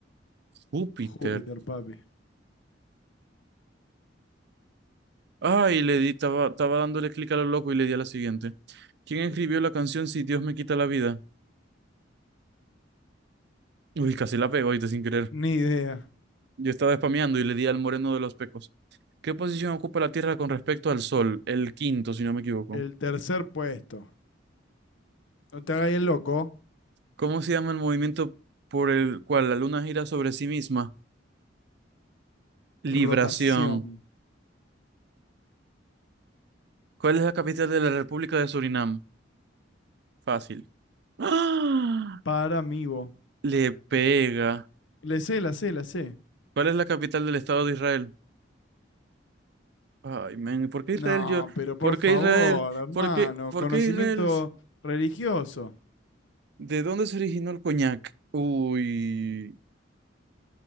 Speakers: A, on the right; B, on the left.
A: Júpiter.
B: Júpiter, papi.
A: Ay, le di, estaba estaba dándole clic a lo loco y le di a la siguiente. ¿Quién escribió la canción Si Dios me quita la vida? Uy, casi la pego ahorita sin querer.
B: Ni idea.
A: Yo estaba spameando y le di al moreno de los pecos. ¿Qué posición ocupa la Tierra con respecto al Sol? El quinto, si no me equivoco.
B: El tercer puesto. No te hagas el loco.
A: ¿Cómo se llama el movimiento por el cual la Luna gira sobre sí misma? Libración.
B: Rotación.
A: ¿Cuál es la capital de la República de Surinam? Fácil. ¡Ah!
B: Para mí, vos.
A: Le pega.
B: Le sé, la sé, la sé.
A: ¿Cuál es la capital del Estado de Israel? Ay, men, ¿por qué
B: No,
A: Israel yo?
B: pero por
A: ¿Por
B: favor,
A: qué Israel?
B: hermano.
A: ¿Por qué, por
B: Conocimiento
A: qué Israel?
B: religioso.
A: ¿De dónde se originó el coñac? Uy,